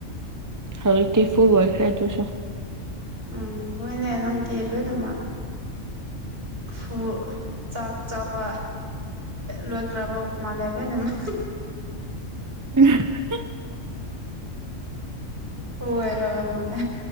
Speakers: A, on the right; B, on the right.
A: ꯍꯧꯖꯤꯛꯇꯤ ꯐꯨꯜ ꯑꯣꯏꯔꯈꯦ ꯑꯗꯨꯁꯨ
B: ꯎꯝ ꯍꯣꯏꯅꯦ ꯅꯪꯒꯤ ꯂꯣꯏꯅꯃꯛ ꯐꯨ ꯆꯥꯛ ꯆꯥꯕ ꯂꯣꯏꯈ꯭ꯔꯕ ꯃꯥꯜꯂꯦ ꯂꯣꯏꯅꯃꯛ
A: ꯎꯝ <inaudible> ꯎꯝ <unintelligible> <inaudible>
B: ꯑꯣꯏꯔ ꯃꯥꯅꯦ